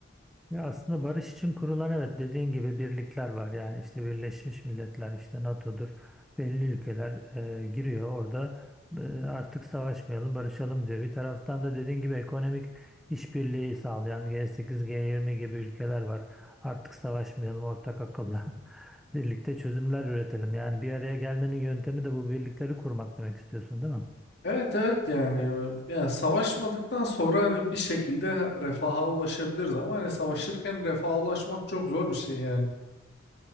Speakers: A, in the centre; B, on the left.
A: Ya aslında barış için kurulan evet dediğin gibi birlikler var. Yani işte Birleşmiş Milletler, işte NATO'dur. Belli ülkeler e, giriyor orada. e, artık savaşmayalım, barışalım diyor. Bir taraftan da dediğin gibi ekonomik işbirliği sağlayan G8, G20 gibi ülkeler var. Artık savaşmayalım ortak akılla. <laughs> Birlikte çözümler üretelim. Yani bir araya gelmenin yöntemi de bu birlikleri kurmak demek istiyorsun, değil mi?
B: Evet evet yani yani savaşmadıktan sonra hani bir şekilde refaha ulaşabiliriz ama hani savaşırken refaha ulaşmak çok zor bir şey yani.